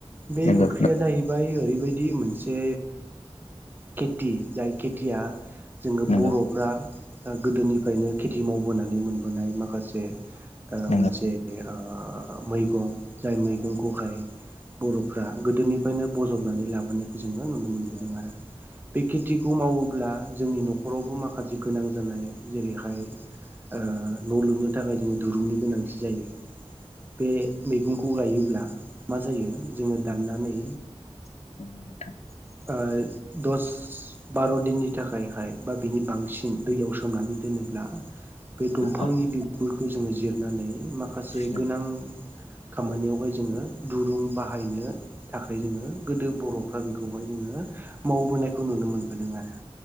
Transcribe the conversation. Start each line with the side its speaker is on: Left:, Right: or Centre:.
Right: बे
Left: नंगौ
Right: ओंख्रिया
Left: नंगौ
Right: जाहैबाय ओरै बायदि मोनसे खेथि जाय खेथिया जोङो
Left: नंगौ
Right: बर'फ्रा
Left: नंगौ
Right: गोदोनिफ्रायनो खेथि मावबोनानै मोनबोनाय माखासे ओ
Left: औ
Right: मोनसे ओ मैगं जाय मैगंखौहाय बर'फ्रा गोदोनिफ्रायनो बजबनानै लाबोनायखौ जोङो नुनो मोनबोदों आरो। बे खेथिखौ मावोब्ला जोंनि न'खरावबो माखासे गोनां जानाय जेरैहाय ओ न' लुनो थाखाय जोंनो दिरुंनि गोनांथि जायो। बे मैगंखौ गायोब्ला मा जायो जोङो दाननानै
Left: <unintelligible>
Right: ओ दस बार' दिननि थाखायहाय बा बिनि बांसिन दैयाव सोमनानै दोनोब्ला बे दंफांनि
Left: औ
Right: बिगुर खौ जोङो जिरनानै माखासे
Left: नंगौ
Right: गोनां खामानियावहाय जोङो दुरुं बाहायनो थाखाय जोङो गोदो बर'फ्रा बेखौहाय जोङो मावबोनायखौ नुनो मोनबोदों आरो